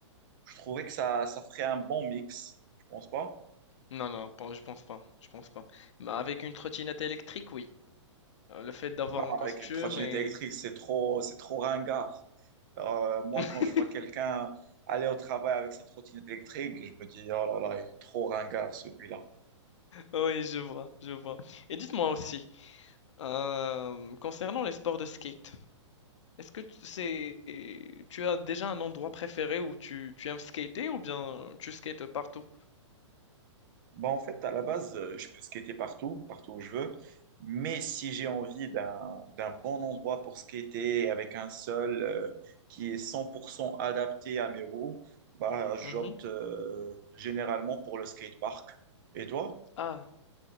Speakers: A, on the right; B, on the left.
A: Je trouvais que ça, ça ferait un bon mix, tu penses pas?
B: Non, non, pas je pense pas, je pense pas. Bah, avec une trottinette électrique, oui. Heu, le fait d'avoir
A: Non,
B: un costume
A: avec une trottinette
B: et
A: électrique, c'est trop, c'est trop ringard. Euh, moi,
B: <laughs>
A: quand je vois quelqu'un aller au travail avec sa trottinette électrique, je me dis, oh là là, il est trop ringard celui-là.
B: oui, je vois, je vois. Et dites-moi aussi, hem, concernant les sports de skate, Est-ce que t c'est tu as déjà un endroit préféré où tu tu aimes skater ou bien tu skates partout?
A: Bah, en fait, à la base, euh, je peux skater partout, partout où je veux. Mais si j'ai envie d'un d'un bon endroit pour skater avec un sol euh, qui est 100% adapté à mes roues, bah, j'opte
B: Mhm.
A: euh, généralement pour le skatepark. Et toi?
B: Ah,